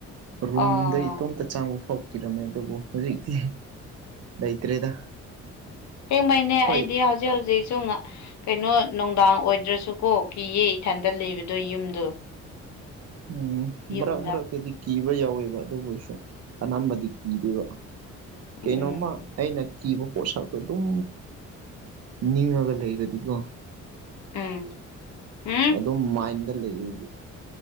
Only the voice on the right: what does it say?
ꯔꯨꯝꯗ
ꯏꯇꯣꯝꯇ ꯆꯪꯕꯐꯥꯎ ꯀꯤꯔꯝꯃꯦ ꯑꯗꯨꯕꯨ ꯍꯧꯖꯤꯛꯇꯤ ꯂꯩꯇ꯭ꯔꯦꯗ꯫
ꯍꯣꯏ
ꯎꯝ
ꯃꯔꯥꯛ ꯃꯔꯥꯛꯇꯗꯤ ꯀꯤꯕ ꯌꯥꯎꯋꯦꯕ ꯑꯗꯨꯕꯨꯁꯨ ꯑꯅꯥꯝꯕꯗꯤ ꯀꯤꯗꯦꯕ
ꯀꯩꯅꯣꯝꯃ ꯑꯩꯅ ꯀꯤꯕ ꯄꯣꯠꯁꯛꯇꯣ ꯑꯗꯨꯝ ꯅꯤꯡꯔꯒ ꯂꯩꯔꯗꯤꯀꯣ
ꯑꯗꯨꯝ ꯃꯥꯏꯟꯗ ꯂꯩꯔꯗꯤ